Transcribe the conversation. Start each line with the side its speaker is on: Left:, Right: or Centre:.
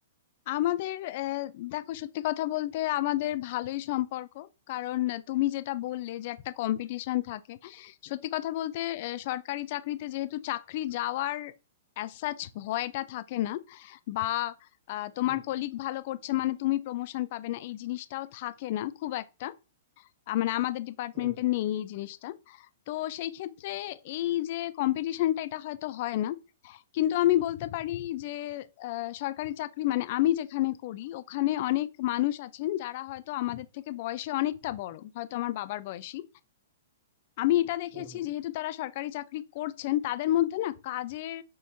Left: আমাদের আহ, দেখো সত্যি কথা বলতে আমাদের ভালোই সম্পর্ক কারণ তুমি যেটা বললে যে একটা কম্পিটিশন থাকে সত্যি কথা বলতে আহ, সরকারি চাকরিতে যেহেতু চাকরি যাওয়ার অ্যাজ সাচ ভয়টা থাকে না বা আহ, তোমার
Right: হুম
Left: কলিগ ভালো করছে মানে তুমি প্রমোশন পাবে না এই জিনিসটাও থাকে না খুব একটা আ- মানে আমাদের ডিপার্টমেন্টে
Right: হুম হুম
Left: নেই এই জিনিসটা তো সেই ক্ষেত্রে এই যে কম্পিটিশনটা এটা হয়তো হয় না কিন্তু আমি বলতে পারি যে আহ, সরকারি চাকরি মানে আমি যেখানে করি ওখানে অনেক মানুষ আছেন যারা হয়তো আমাদের থেকে বয়সে অনেকটা বড় হয়তো আমার বাবার বয়সী আমি এটা দেখেছি
Right: হুম হুম
Left: যেহেতু তারা সরকারি চাকরি করছেন তাদের মধ্যে না কাজের